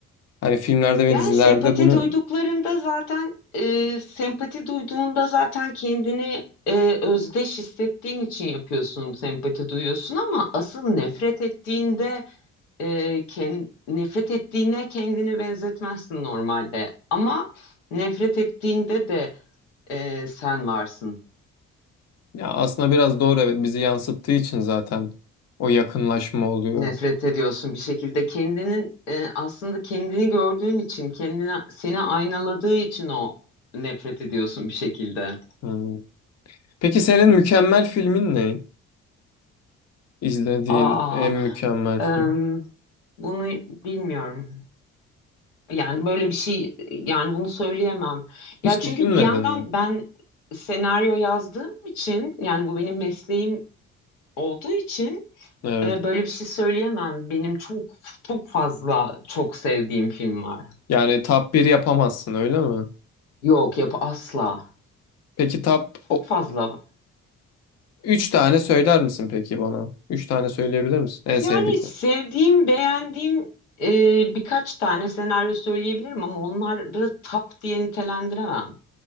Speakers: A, on the left; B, on the left.
A: Hani filmlerde ve
B: Yani
A: dizilerde
B: sempati
A: bunu
B: duyduklarında zaten e, sempati duyduğunda zaten kendini e, özdeş hissettiğin için yapıyorsun, sempati duyuyorsun ama asıl nefret ettiğinde e, ken- nefret ettiğine kendini benzetmezsin normalde. Ama nefret ettiğinde de e, sen varsın.
A: ya aslında biraz doğru evet bizi yansıttığı için zaten o yakınlaşma oluyor.
B: Nefret ediyorsun bir şekilde. Kendinin e, aslında kendini gördüğün için, kendine seni aynaladığı için o nefret ediyorsun bir şekilde.
A: Hmm. Peki senin mükemmel filmin ne? İzlediğin
B: Aa,
A: en mükemmel
B: em,
A: film.
B: bunu bilmiyorum. Yani böyle bir şey, yani bunu söyleyemem. Ya
A: Hiç
B: çünkü
A: düşünmedin
B: bir yandan
A: mi?
B: ben senaryo yazdığım için yani bu benim mesleğim olduğu için
A: Evet.
B: e, böyle bir şey söyleyemem. Benim çok çok fazla çok sevdiğim film var.
A: Yani top 1 yapamazsın öyle mi?
B: Yok yapı asla.
A: Peki top
B: Çok
A: o,
B: fazla.
A: üç tane söyler misin peki bana? Üç tane söyleyebilir misin? En sevdiklerin.
B: Yani sevdiğim, beğendiğim e, birkaç tane senaryo söyleyebilirim ama onları top diye nitelendiremem.